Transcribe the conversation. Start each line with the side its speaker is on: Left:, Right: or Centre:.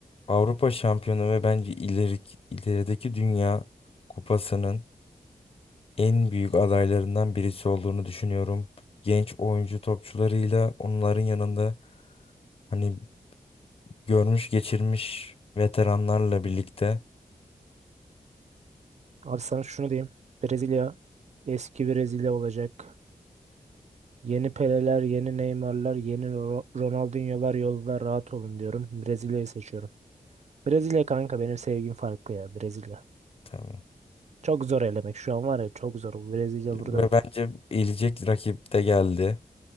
Left: Avrupa şampiyonu ve bence ilerik, ilerideki Dünya Kupası'nın en büyük adaylarından birisi olduğunu düşünüyorum. Genç oyuncu topçularıyla onların yanında hani görmüş geçirmiş veteranlarla birlikte
Right: Abi sana şunu diyeyim. Brezilya eski Brezilya olacak. Yeni Peleler, yeni Neymar'lar, yeni Ro- Ronaldinho'lar yolda rahat olun diyorum. Brezilya'yı seçiyorum. Brezilya kanka benim sevgim farklı ya Brezilya.
Left: tamam.
Right: Çok zor elemek şu an var ya çok zor. Brezilya burada
Left: Ve bence elecek rakip de geldi.